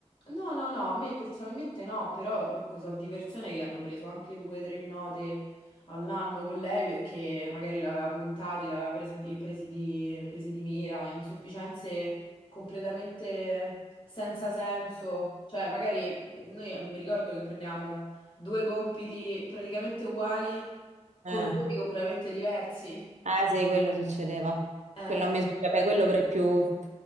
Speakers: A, on the left (about 45°); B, on the right (about 75°).
A: No, no, no, a me personalmente no, però ecco, so di persone che hanno preso anche due o tre note all'anno con lei perché magari l'aveva puntati, l'aveva presa di- presi di, presi di mira, insufficienze completamente senza senso. Cioè, magari mm, noi eh, mi ricordo che prendiamo due compiti praticamente uguali con
B: Eh.
A: voti completamente diversi.
B: Ah, sì, quello succedeva.
A: Eh,
B: Quello a me succede, beh, quello però è più...